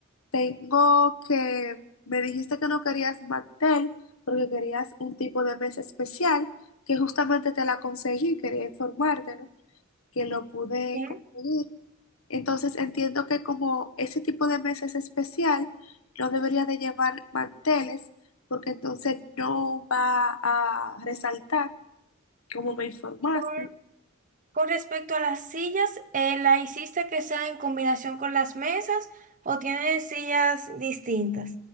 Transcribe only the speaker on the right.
Bien.
Con, con respecto a las sillas, eh, ¿la hiciste que sea en combinación con las mesas o tienes sillas distintas?